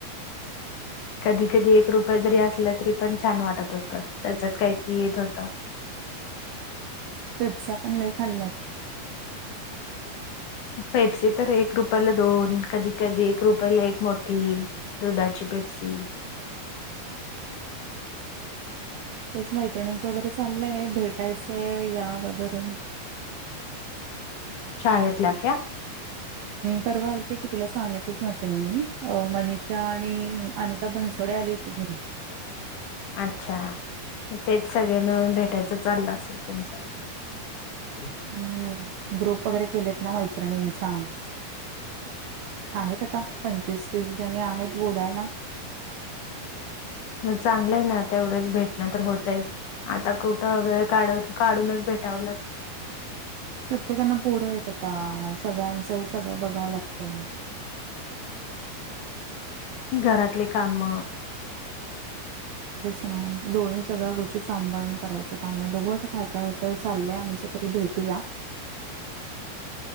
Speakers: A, on the left; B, on the right.
A: कधी कधी एक रुपय जरी असलं तरी पण छान वाटत होतं त्याच्यात काहीतरी येत होतं
B: पेपसा पण नाही खाल्ल्यात
A: पेपसे तर एक रुपयाला दोन कधी कधी एक रुपयाला एक मोठी दुधाची पिकिक्सी
B: तेच मैत्रिणींच वगैरे चाललंय भेटायचंय या वगैरे
A: शाळेतल्या क्या
B: परवा आलते की तुला सांगितच नसेल मी मनीषा आणि अनिता बनसोडे आली होती बरं
A: अच्छा तेच सगळे मिळून भेटायचं चाललं असेल तुमचं हम्
B: हम्म ग्रुप वगैरे केलेत ना मैत्रिणीं सांग आहे का आता पंचवीस तीस जणी आहेत बोलायला
A: मग चांगलं आहे ना ते एवढंच भेटणं तर होतंय आता कुठं वेळ काढ काढूनच भेटावं लागतं
B: प्रत्येकांना पोरं य आता सगळ्यांचं सगळं बघावं लागतं
A: घरातले काम
B: ां दोन्ही सगळ्या गोष्टी सांभाळून करायच आम बघू आता काय काय होतं चाललंय आमच री भेटूया